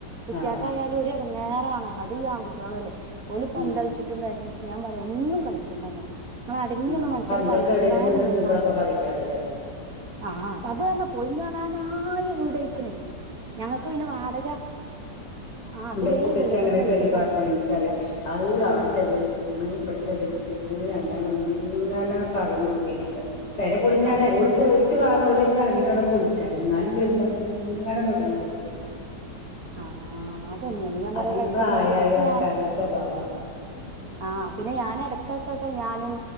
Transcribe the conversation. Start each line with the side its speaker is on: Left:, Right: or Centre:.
Right: കുട്ടിക
Left: ആഹ്
Right: കായാലും ഒരു ഇടങ്ങേറാണല്ലോ അതും ഈ ആൺകുട്ടികളും അല്ലേ ഒരു പന്തളിചിട്ടും
Left: ആഹ്
Right: ബേ ച്ച് ഞാൻ പറയും ഒന്നും കളിച്ചണ്ടങ്ങൾ ഇങ്ങൾ അടങ്ങിയൊന്ന്
Left: ആഹ്
Right: മനുഷ്യനെ
Left: പന്തൊക്കെ
Right: പറയിപ്പിച്ചാതെ
Left: എവിടേലും ചെന്നിടിച്ചുമ്പളൊക്കെ
Right: നിന്നാൽ മ
Left: പറയേക്കാരല്ലേ
Right: ആ അത് പറഞ്ഞ പൊളിഞ്ഞാടാനായ വീടായികുണേയ് ഞങ്ങക്ക് പിന്നെ വാടക ആ അത്
Left: ഇന്റെ
Right: വേഗം
Left: മൂത്തച്ചി
Right: വീട്
Left: അങ്ങനെ
Right: പണി
Left: ഒരു
Right: കഴിച്ചപ്പോ
Left: പെരേൽ പാർത്തിനു ഇൻ ക്കറിയ അഹ് അവിടെ ചെതൽ
Right: ഉം
Left: പിടിച്ചികിണ് ഇവിടെ ചെതൽ അങ്ങനെ വന്നിങ്ങനെ പറയും നോക്കികാണ്ട് പെര പൊളിഞ്ഞാടെ
Right: ആ
Left: ഓൾ പോയിട്ട് വാ ഓൽ അയ്ന്ന് ഇറങ്ങീട്ട് വേണം പൊളിച്ചാൻ ഇന്നാലും വരുമ്പോം ഇങ്ങനെ നൊടിഞ്ഞോണ്ട് ക്കും
Right: ആ അതന്നെയാണ് ഞാൻ
Left: അതീ
Right: പറയാ വയസ്സന്നോൽക്ക്
Left: പ്രായായ
Right: പിന്നെ
Left: ആൾക്കാരെ
Right: ഞാന്
Left: സ്വഭാവാണ്
Right: ആഹ് പിന്നെ ഞാൻ ഇടക്കൊക്കെ ഞാനും